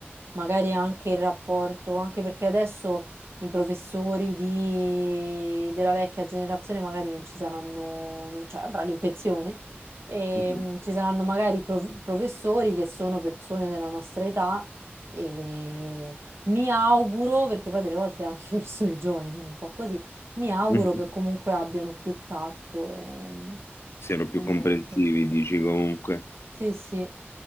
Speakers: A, on the right; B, on the left.
A: magari anche il rapporto, anche perché adesso i professori di- della vecchia generazione magari non ci saranno, non- cioè andranno in pensione. E,
B: mhm,
A: mh, ci saranno magari prov- professori che sono persone della nostra età e mi auguro, perché poi delle volte anche i professori giovani sono un po' così, mi auguro
B: mhm.
A: che comunque abbiano più tatto e, mh,
B: Siano più
A: e niente.
B: comprensivi, dici comunque.
A: Sì, sì.